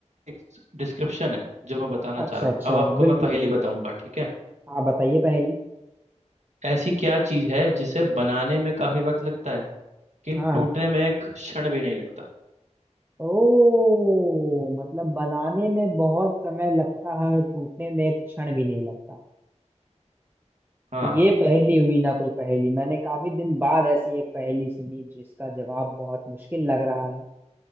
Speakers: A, on the right; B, on the right.
A: एक डिस्क्रिप्शन है जो मैं बताना
B: अच्छा
A: चाह रहा
B: अच्छा
A: हूँ अब आपको
B: बिल्कुल
A: मैं पहेली
B: बिल्कुल
A: बताऊंगा ठीक है
B: आप बताइए पहली
A: ऐसी क्या चीज है जिसे बनाने में काफी वक्त लगता है लेकिन
B: हाँ
A: टूटने में एक क्षण भी नहीं लगता
B: ओ मतलब बनाने में बहुत समय लगता है और टूटने में एक क्षण भी नहीं लगता
A: हाँ
B: ये पहेली हुई ना कोई पहेली मैंने काफी दिन बाद ऐसी एक पहेली सुनी जिसका जवाब बहुत मुश्किल लग रहा है